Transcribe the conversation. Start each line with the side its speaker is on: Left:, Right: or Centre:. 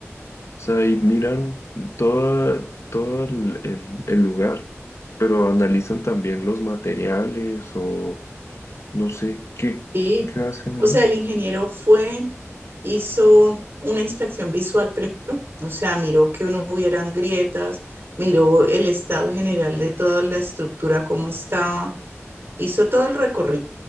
Left: O sea, y miran toda, todo el, el- el lugar, pero analizan también los materiales o no sé qué,
Right: Y,
Left: qué hacen
Right: o
Left: ahí.
Right: sea, el ingeniero fue, hizo una inspección visual primero, o sea, miró que no hubieran grietas, miró el estado general de toda la estructura, cómo estaba, hizo todo el recorrido